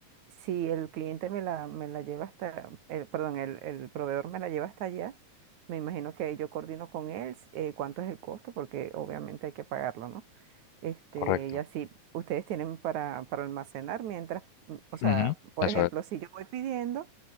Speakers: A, on the right; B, on the left.
A: Si el cliente me la, me la lleva hasta, el, perdón, el, el proveedor me la lleva hasta allá, me imagino que yo coordino con él s- eh, cuánto es el costo, porque obviamente hay que pagarlo, ¿no? Este,
B: correcto.
A: y así ustedes tienen para, para almacenar mientras, mm, o sea,
B: Ujú,
A: por
B: Eso
A: ejemplo, si yo voy pidiendo.